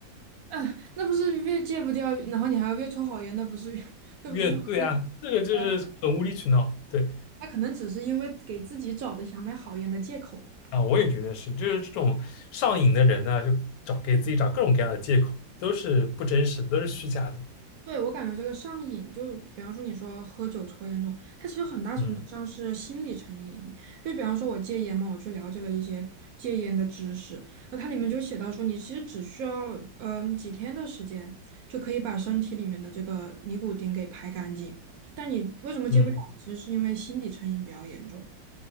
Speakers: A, on the right; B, on the left.
A: <laughs> 嗯，那不是越戒不掉，然后你还要越抽好烟，那不是越 <laughs> 那不那不是，
B: 越对啊，这个就是很无理取闹。
A: 呃，
B: 对
A: 他可能只是因为给自己找的想买好烟的借口。
B: 啊，我也觉得是，就是这种上瘾的人呢，就找给自己找各种各样的借口，都是不真实都是虚假的。
A: 对，我感觉这个上瘾，就比方说你说喝酒、抽烟这种，它其实很大程度上是心理成瘾。
B: 嗯
A: 就比方说我戒烟嘛，我去了解了一些戒烟的知识，然后它里面就写到说，你其实只需要嗯、几天的时间，就可以把身体里面的这个尼古丁给排干净。但你为什么戒不了呢？
B: 嗯
A: 其实是因为心理成瘾比较严重。